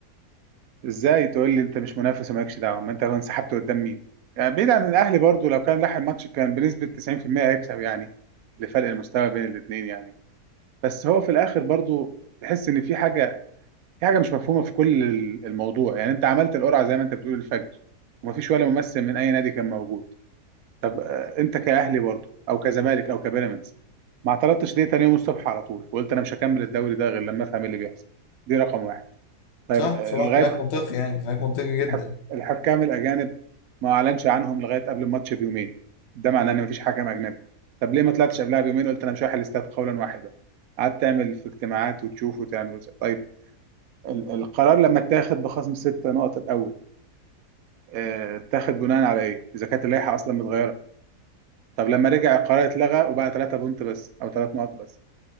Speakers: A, on the right; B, on the left.
A: ازاي تقول لي انت مش منافس ومالكش دعوه ما انت انسحبت قدام مين يعني بعيد عن الاهلي برضو لو كان لاحق ماتش كان بنسبه 90% هيكسب يعني لفرق المستوى بين الاثنين يعني بس هو في الاخر برضو تحس ان في حاجه في حاجه مش مفهومه في كل ال- الموضوع يعني انت عملت القرعه زي ما انت بتقول الفجر ومفيش ولا ممثل من اي نادي كان موجود انت كاهلي برضو او كزمالك او كبيراميدز ما اعترضتش ليه تاني يوم الصبح على طول وقلت انا مش هكمل الدوري ده غير لما افهم إيه اللي بيحصل دي رقم واحد طيب
B: صح
A: آه،
B: بصراحة
A: لغايه
B: كلامك منطقي يعني كلامك منطقي جدا
A: الحك... الحكام الاجانب ما اعلنش عنهم لغايه قبل الماتش بيومين ده معناه ان مفيش حكم اجنبي طب ليه ما طلعتش قبلها بيومين قلت انا مش رايح الاستاد قولا واحدا قعدت تعمل في اجتماعات وتشوف وتعمل وتعمل. طيب ال- القرار لما اتاخد بخصم ست نقط الاول آه، اتاخد بناء على ايه اذا كانت اللائحه اصلا متغيره طب لما رجع القرار اتلغى وبقى ثلاثة بونت بس او ثلاث نقط بس